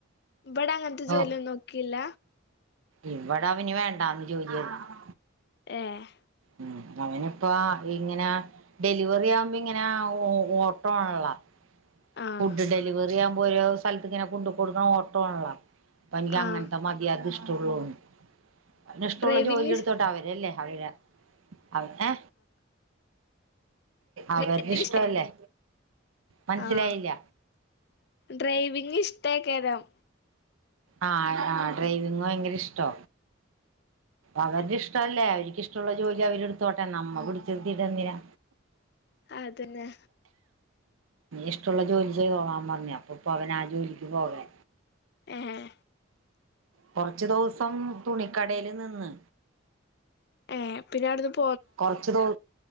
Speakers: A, on the left (about 55°); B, on the right (about 85°).
A: ഇവിടെ അങ്ങനത്തെ
B: ഓ
A: ജോലിയൊന്നും നോക്കിയില്ല
B: ഇവിടെ അവന് വേണ്ടാന്ന് ജോലിയൊന്നും
A: ഏഹ്
B: ഉം അവനി ഇപ്പ ഇങ്ങനെ ഡെലിവറി ആവുമ്പോ ഇങ്ങനെ ഓട്ടോ ആണള്ള
A: ആഹ്
B: ഫുഡ് ഡെലിവറി ആവുമ്പോ ഓരോ സ്ഥലത്ത് ഇങ്ങനെ കൊണ്ടു കൊടുക്കണം ഓട്ടം ആണ്ല്ലൊ പ്പ നിക്ക്
A: ആഹ്
B: അങ്ങനത്തെ മതി അതിഷ്ട റ്റുള്ളൂന്ന് അവന് ഇഷ്ടുള്ള
A: ഡ്രൈവിംഗ്
B: ജോലി എടുത്തോട്ടെ അവര് അല്ലേ <unintelligible> അവന് അവരുടെ
A: ഡ്രൈവിംഗ്
B: ഇഷ്ടല്ലേ
A: ഇഷ്ടാ
B: മനസ്സിലായില്ല
A: ആഹ് ഡ്രൈവിങ് ഇഷ് ത്തേക്കതം
B: ആഹ് ആ ഡ്രൈവിങ്ങ് ഭയങ്കര ഇഷ്ടാ അവന്റെ ഇഷ്ടല്ലേ അവരിക്ക് ഇഷ്ടള്ള ജോലി അവരിട്ടത്തോട്ടേ നമ്മ പിടിച്ച് തീർത്തിട്ട് എന്തിനാ
A: അതന്നെ
B: ഇഷ്ടമുള്ള ജോലി ചെയ്തോളാന്ന് പറഞ്ഞെ അപ്പൊപ്പ അവന് ആ ജോലിക്ക് പോകാലോ
A: ഏഹ്
B: കൊറച്ചു ദിവസം തുണിക്കടെൽ നിന്ന്
A: ഏഹ് പിന്നെ ആടുന്ന് പോ
B: കൊറച്ചു നാൾ